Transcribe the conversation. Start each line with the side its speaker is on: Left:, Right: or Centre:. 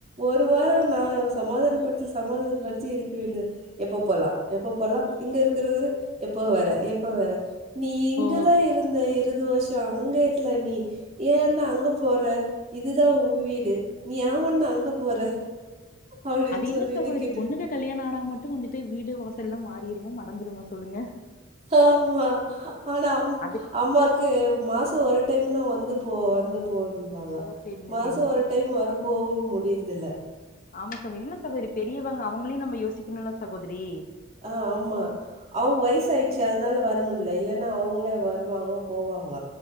Right: ஒரு வாரோ தா சமாதான படுத்தி சமாதானப்படுத்தி இருக்க வேண்டிய எப்ப போலா எப்ப போலா இங்க இருக்குறவரு எப்ப வர எப்ப வர நீ இங்கதா
Left: ஓ
Right: இருந்த இருது வருஷோ அங்க இல்ல நீ ஏன்னா அங்கப் போற இதுதா ஊ வீடு நீ ஆவுண்ணா அங்க போற அப்படின்னு
Left: அது என்னா
Right: சொல்லிட்டு
Left: சகோதரி
Right: கேட்டு
Left: பொண்ணுங்க கல்யாண ஆனா மட்டு வந்துட்டு வீடு வாசல்லா மாறிருமா மறந்துருமா சொல்லுங்க
Right: ஆம்மா ஆனா அம்
Left: அது
Right: அம்மாக் கு மாசோ ஒரு டைம்னா வந்து போ வந்து போன்பாங்க
Left: ஓ சரிங்க
Right: மாசோ
Left: சரிங்க
Right: ஒரு
Left: இது
Right: டைம் வர போவ முடியுறுதுல்ல
Left: ஆமா சகோ இல்ல சகோரி பெரியவங்க அவுங்களையு நம்ம யோசிக்கனுல சகோதிரி
Right: ஆ ஆம்மா அவுங்க வய்ச் ஆய்ட் ச்சு அதனால வர முல்ல இல்லன்னா அவுங்களா வருவாங்க போவாங்க